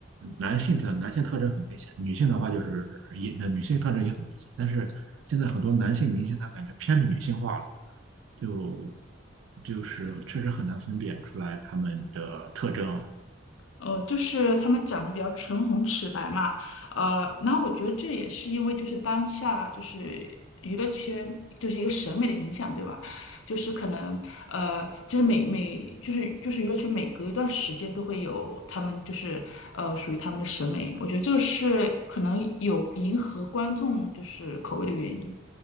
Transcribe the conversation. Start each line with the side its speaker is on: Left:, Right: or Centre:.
Right: 男性的男性特征很明显，女性的话就是也那女性特征也很明显，但是现在很多男性明星他感觉偏女性化了，就就是确实很难分辨出来他们的特征，
Left: 呃，就是他们长得比较唇红齿白嘛，呃，然后我觉得这也是因为就是当下就是娱乐圈就是一个审美的影响，对吧？就是可能呃，就是每每就是就是娱乐圈每隔一段时间都会有他们就是呃属于他们的审美，我觉得这个是可能有迎合观众就是口味的原因。